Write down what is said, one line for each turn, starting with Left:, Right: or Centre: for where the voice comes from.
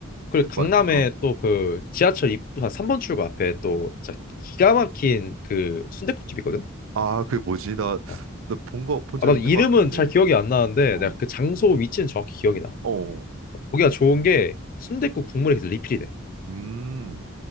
Left: 그리고 강남에
Right: 마, 어,
Left: 또 그 지하철 입, 한 3번 출구 앞에 또 진짜 기가 막힌 그 순댓국집 있거든?
Right: 아, 그게 뭐지? 나,
Left: 어.
Right: 나 본 거, 본
Left: 아,
Right: 적
Left: 나도
Right: 있는
Left: 이름은
Right: 것 같은데.
Left: 잘 기억이 안 나는데
Right: 어,
Left: 내가 그 장소 위치는 정확히 기억이 나.
Right: 어,
Left: 거기가 좋은 게 순댓국 국물이 계속 리필이 돼.
Right: 음.